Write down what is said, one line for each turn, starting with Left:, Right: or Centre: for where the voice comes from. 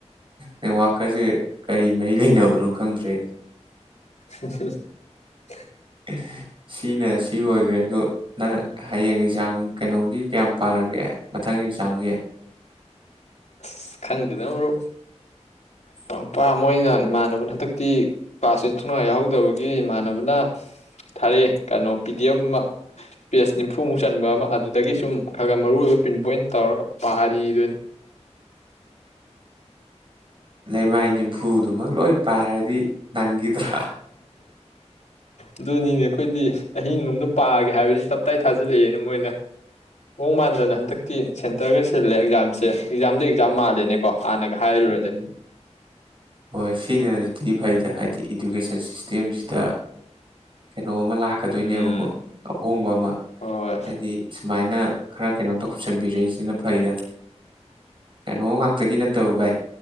Right: ꯅꯦꯠꯋꯥꯛꯀꯁꯦ ꯀꯔꯤ ꯃꯔꯤ ꯂꯩꯅꯕꯅꯣ ꯈꯪꯗ꯭ꯔꯦꯅꯦ
Left: ꯑ <unintelligible> <unintelligible>
Right: ꯎꯝ ꯁꯤꯅ ꯁꯤ ꯑꯣꯏꯈ꯭ꯔꯦ ꯑꯗꯣ ꯅꯪ ꯍꯌꯦꯡ ꯑꯦꯛꯖꯥꯝ ꯀꯩꯅꯣꯒꯤ ꯀꯌꯥꯝ ꯄꯥꯔꯒꯦ ꯃꯊꯪꯒꯤ ꯑꯦꯛꯖꯥꯝꯒꯤ
Left: ꯑꯁ ꯈꯪꯗꯦꯅ ꯃꯔꯨꯞ ꯄꯪꯄꯥ ꯃꯣꯏꯅ ꯏꯃꯥꯟꯅꯕꯅ ꯍꯟꯗꯛꯇꯤ ꯀ꯭ꯂꯥꯁ ꯏꯟꯊꯨꯡꯉ ꯌꯥꯎꯍꯧꯗꯕꯒꯤ ꯏꯃꯥꯟꯅꯕꯅ ꯊꯥꯔꯛꯑꯦ ꯀꯩꯅꯣ ꯄꯤ ꯗꯤ ꯑꯦꯐ ꯑꯃ ꯄꯦꯖ ꯅꯤꯐꯨꯃꯨꯛ ꯆꯟꯕ ꯑꯃ ꯑꯗꯨꯗꯒꯤ ꯁꯨꯝ ꯈꯔ ꯈꯔ ꯃꯔꯨ ꯑꯣꯏꯏꯕ ꯄ꯭ꯔꯤꯟ ꯄꯣꯏꯟ ꯇꯧꯔꯒ ꯄꯥꯔꯤꯗꯨꯅꯤ
Right: ꯂꯩꯃꯥꯏ ꯅꯤꯝꯐꯨꯗꯨꯃꯛ ꯂꯣꯏ ꯄꯥꯏꯔꯗꯤ ꯅꯪꯈꯤꯗ꯭ꯔꯥ
Left: ꯑꯗꯨꯅꯤꯅꯦ ꯑꯩꯈꯣꯏꯗꯤ ꯑꯍꯤꯡꯣꯝꯗ ꯄꯥꯒꯦ ꯍꯥꯏꯕꯅꯤ ꯇꯞꯇꯥꯏ ꯊꯥꯖꯤꯜꯂꯛꯑꯦꯅ ꯃꯣꯏꯅ ꯃꯣꯡꯡ ꯃꯥꯟꯗꯅ ꯍꯟꯗꯛꯇꯤ ꯁꯦꯟꯇꯔꯒ ꯁꯤꯜꯂꯦ ꯑꯦꯛꯖꯥꯝꯁꯦ ꯑꯦꯛꯖꯥꯝꯗ ꯑꯦꯛꯖꯥꯝ ꯃꯥꯜꯂꯦꯅꯦꯀꯣ ꯍꯥꯟꯅꯒ ꯍꯥꯏꯔꯨꯔꯗꯤ
Right: ꯎꯝ ꯍꯣꯏ ꯁꯤꯅꯦ ꯑꯩꯩꯗ ꯍꯥꯏꯗꯤ ꯏꯗꯨꯀꯦꯁꯟ ꯁꯤꯁꯇꯦꯝꯁꯤꯗ ꯀꯩꯅꯣ ꯑꯃ ꯂꯥꯛꯀꯗꯣꯏꯅꯦꯕꯀꯣ
Left: ꯎꯝ
Right: ꯑꯍꯣꯡꯕ ꯑꯃ
Left: ꯍꯣꯏ
Right: ꯍꯥꯏꯗꯤ ꯁꯨꯃꯥꯏꯅ ꯈꯔ ꯀꯩꯅꯣ ꯇꯧꯁꯟꯕꯤꯔꯛꯏꯁꯤꯅ ꯐꯩꯗ ꯀꯩꯅꯣ ꯉꯥꯛꯇꯒꯤ ꯅꯠꯇꯕ ꯚꯥꯏ